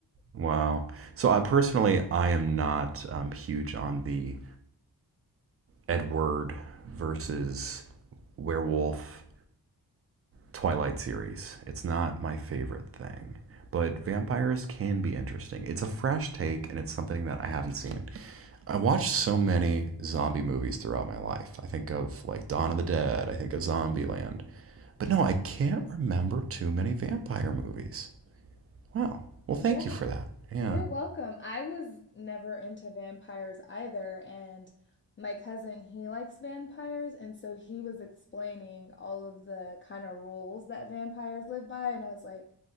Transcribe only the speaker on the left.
Yeah.
You're welcome. I was never into vampires either, and my cousin, he likes vampires, and so he was explaining all of the kind of rules that vampires live by, and I was like,